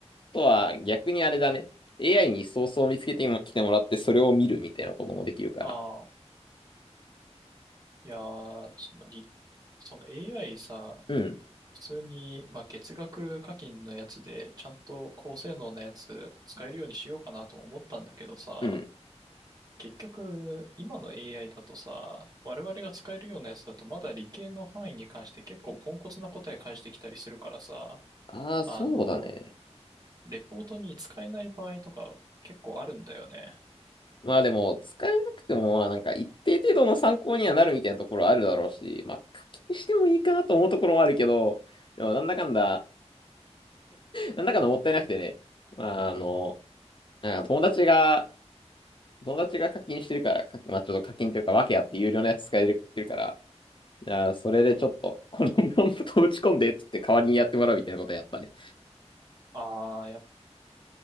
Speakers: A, on the left (about 45°); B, on the right (about 35°).
A: とは逆にあれだね。AI にソースを見つけても来てもらって、それを見るみたいなこともできるから。
B: ああ、いやー、その理、その AI さ、
A: うん、
B: 普通に、まあ、月額課金のやつで、ちゃんと高性能なやつ使えるようにしようかなとも思ったんだけどさ、
A: うん。
B: 結局、今の AI だとさ、我々が使えるようなやつだと、まだ理系の範囲に関して結構ポンコツな答え返してきたりするからさ、
A: ああ、そうだね。
B: あの、レポートに使えない場合とか結構あるんだよね。
A: まあでも、使えなくても、まあなんか一定程度の参考にはなるみたいなところあるだろうし、まあ課金してもいいかなと思うところもあるけど、でもなんだかんだ、なんだかんだもったいなくてね、まああの、あ友達が、友達が課金してるから、かまあちょっと課金というか、訳あって有料のやつ使えてるから、あーそれでちょっと、このプロンプトを打ち込んでっつって代わりにやってもらうみたいなことやったね。
B: ああ、やっ